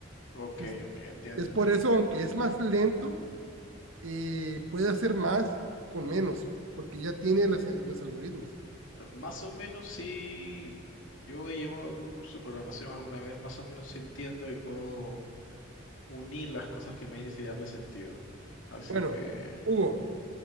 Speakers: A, on the left (about 70°); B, on the right (about 85°).
A: Ok,
B: Es,
A: ok, entiendo,
B: Y es por
A: entiendo.
B: eso, aunque es más lento, eh, puede hacer más con menos, porque ya tiene las- eh, los algoritmos.
A: Pero Más o menos sí, yo he llevado algún curso de programación alguna vez, más o menos sí entiendo y puedo unir las cosas que me dices y darle sentido. Así
B: Bueno,
A: que
B: Hugo,